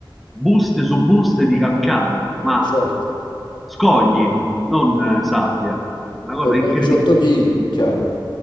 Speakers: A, in the centre; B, on the left (about 60°).
A: Buste su buste di calcare, ma
B: certo.
A: scogli, non eh, sabbia. Una cosa
B: Per poi
A: incredibile,
B: 18 kg, chiaro.